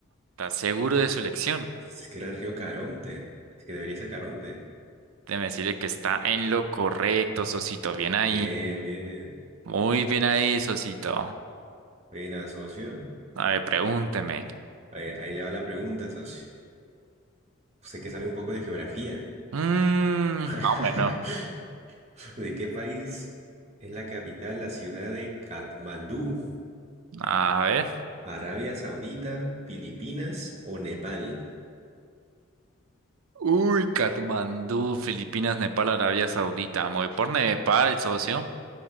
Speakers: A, on the right (about 80°); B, on the right (about 30°).
A: ¿Estás seguro de su elección?
B: Es que era el río Caronte. Es que debería ser Caronte.
A: Déjeme decirle que está en lo correcto, Sosito. Bien ahí.
B: Bien, bien.
A: Muy bien ahí, Sosito.
B: Buena, socio.
A: A ver, pregúnteme.
B: A ver, ahí le va la pregunta, socio. Usted que sabe un poco de geografía.
A: Mm,
B: <laughs>
A: más o menos.
B: ¿De qué país es la capital la ciudad de Katmandú?
A: A ver.
B: ¿Arabia Saudita, Filipinas o Nepal?
A: Uy, Katmandú, Filipinas, Nepal, Arabia Saudita. Me voy por Nepal, socio.